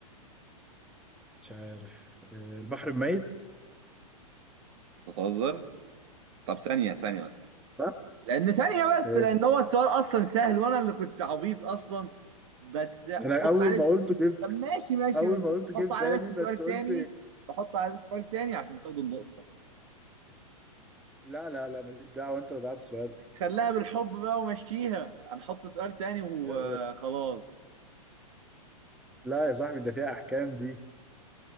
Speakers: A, in the centre; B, on the right.
A: مش عارف آه، البحر الميت
B: بتهزر طب ثانيه ثانيه بس
A: صح
B: لان ثانيه بس
A: آه،
B: لان هو السؤال اصلا سهل وانا اللي كنت عبيط اصلا بس
A: انا
B: حط
A: اول
B: عليه
A: ما
B: سؤال
A: قلت جه
B: طب ماشي ماشي
A: اول
B: ماشي
A: ما
B: بس
A: قلت جه
B: حط
A: في
B: عليه
A: بالي
B: بس سؤال
A: بس قلت
B: تاني حط عليه سؤال تاني عشان تاخد النقطه
A: لا لا لا ماليش دعوه انت ضيعت سؤالك
B: خلاها بالحب بقى ومشيها هنحط سؤال تاني وخلاص
A: آه، آه، لا يا صاحبي ده فيها احكام دي